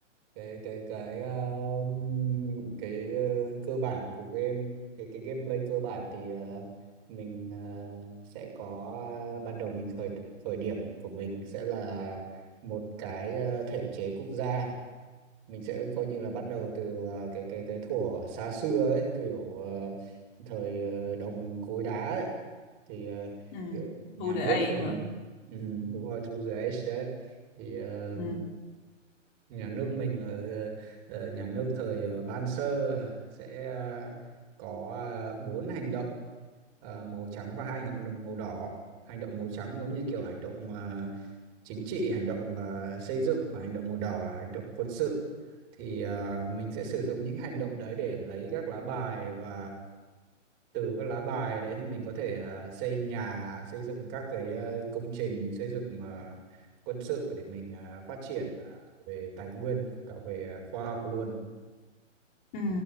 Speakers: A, on the right; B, on the left.
A: cái cái cái um, cái ờ, cơ bản của game cái cái gameplay cơ bản thì ờ, mình ờ, sẽ có ờ, ban đầu mình khởi khởi điểm của mình sẽ là một cái ờ, thể chế quốc gia mình sẽ coi như là bắt đầu từ ờ, cái cái cái thuở xa xưa ấy kiểu ờ, thời ờ, đồng cối đá ấy thì ờ,
B: Ừ.
A: kiểu nhà
B: True the
A: nước
B: A
A: của
B: mà.
A: ừ, đúng rồi through the age đấy thì ờ,
B: Ừ.
A: nhà nước mình là ờ, ờ, nhà nước thời ờ, Ban Sơ sẽ ờ, có ờ, bốn hành động ờ, màu trắng và hai hành động màu đỏ hành động màu trắng giống như kiểu hành động ờ, chính trị hành động ờ, xây dựng và hành động màu đỏ là hành động quân sự thì ờ, mình sẽ sử dụng những hành động đấy để lấy các lá bài và từ các lá bài đấy thì mình có thể ờ, xây nhà xây dựng các cái ờ, công trình xây dựng ờ, quân sự để mình ờ, phát triển ờ, về tài nguyên cả về ờ, khoa học luôn
B: Ừ.